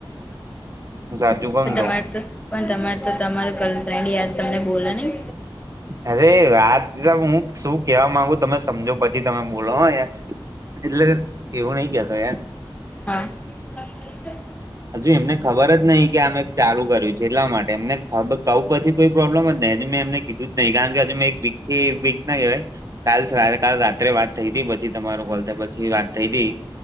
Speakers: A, on the right; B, on the left.
A: હું સાચું કઉ
B: પણ
A: ને
B: તમારે તો પણ તમારે તો તમાર ગલફ્રેન્ડ યાર. તમને બોલે નહી?
A: અરે વાત હું શું કેવા માંગુ તમે સમજો પછી તમે બોલો હ યાર. એટલે એવું નહી કેતો એમ.
B: હા પાંચ મિનિટ વાત કરી શકું.
A: હજુ એમને ખબર જ નહી કે આ મેં ચાલુ કર્યું છે એટલા માટે એમને ખ કઉં પછી કોઈ પ્રોબ્લમ જ નહીં. હજી મેં એમને કીધું જ નહી કારણ કે હજુ મે એક વીકથી વીક ન કેવાય કાલ સવા કાલ રાત્રે વાત થઈતી પછી તમારો કોલ થ પછી વાત થઈતી